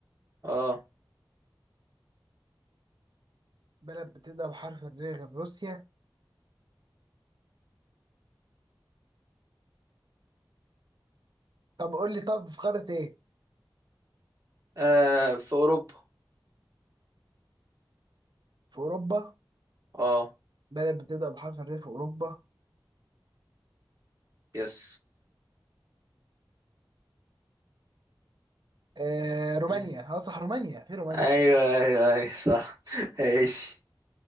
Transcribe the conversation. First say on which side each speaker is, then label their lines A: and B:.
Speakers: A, on the right (about 45°); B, on the right (about 60°).
A: اه
B: بلد بتبدأ بحرف الر غير روسيا طب قول لي طب في قارة ايه
A: آه في اوروبا
B: في أوروبا
A: اه
B: بلد بتبدأ بحرف الر في أوروبا
A: يس
B: آه رومانيا
A: مم.
B: اه صح رومانيا في رومانيا
A: ايوه ايوه ايوه صح ايش